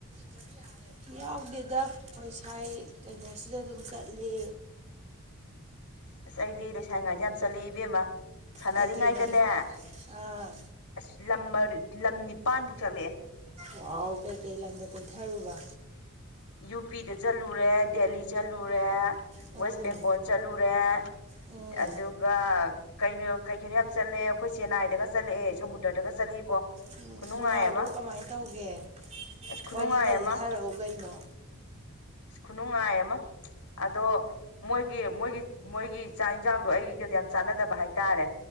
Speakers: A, on the right; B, on the left.
A: ꯀ ꯌꯥ ꯍꯥꯏ ꯌꯥꯎꯗꯦꯗ ꯑꯩꯣꯏ ꯁꯥꯏ ꯀꯩꯅꯣꯁꯤꯗ ꯑꯗꯨꯝ ꯆꯠꯂꯤ
B: ꯑꯁ ꯑꯩꯗꯤ ꯂꯩꯁꯥꯏꯉꯥꯏꯗ ꯌꯥꯝ ꯆꯠꯂꯛ ꯏꯕꯦꯝꯃ ꯁꯥꯟꯅꯔꯤꯉꯥꯏꯗꯅꯦ
A: ꯀꯩꯀꯩ ꯂꯝ ꯑꯥ
B: ꯑꯁ ꯂꯝ ꯂꯝ ꯅꯤꯄꯥꯟꯃꯧꯛ ꯆꯠꯂꯛꯑꯦ
A: ꯋꯥꯥꯎ ꯀꯩ ꯀꯩ ꯂꯝꯥꯟꯗ ꯀꯣꯏꯊꯔꯨꯕ
B: ꯌꯨ ꯄꯤꯗ ꯆꯠꯂꯨꯔꯦ ꯗꯦꯜꯂꯤ ꯆꯠꯂꯨꯔꯦ
A: ꯎꯝ
B: ꯋꯦꯁ ꯕꯦꯡꯒꯣꯜ ꯆꯠꯂꯨꯔꯦ
A: ꯎꯝ
B: ꯑꯗꯨꯒ ꯀꯩꯅꯣ ꯀꯩ ꯀꯩꯅꯣ ꯌꯥꯝ ꯆꯠꯂꯛꯦ ꯑꯩꯈꯣꯏ ꯆꯦꯟꯅꯥꯏꯗꯒ ꯆꯠꯂꯛꯑꯦ ꯁꯃꯨꯗ꯭ꯔꯗꯒ ꯆꯠꯂꯛꯏꯕꯣ
A: ꯎꯝ
B: ꯈꯨꯅꯨꯡꯉꯥꯏ
A: ꯅꯨꯡꯉꯥꯏꯕ꯭ꯔꯣ
B: ꯑꯃ
A: ꯀꯃꯥꯏꯅ ꯇꯧꯒꯦ
B: ꯑꯁ ꯈꯨꯅꯨꯡꯉꯥꯏ
A: ꯋꯥꯔꯤ ꯈꯔ
B: ꯑꯃ
A: ꯂꯤꯊꯔꯛꯑꯣ ꯀꯩꯅꯣ
B: ꯈꯨꯅꯨꯡꯉꯥꯏ ꯑꯃ ꯑꯗꯣ ꯃꯣꯏꯒꯤ ꯃꯣꯏꯒꯤ ꯃꯣꯏꯒꯤꯥꯛ ꯏꯟꯁꯥꯡꯗꯣ ꯑꯩꯒꯤꯒꯗꯤ ꯌꯥꯝ ꯆꯥꯟꯅꯗꯕ ꯍꯥꯏꯇꯥꯔꯦ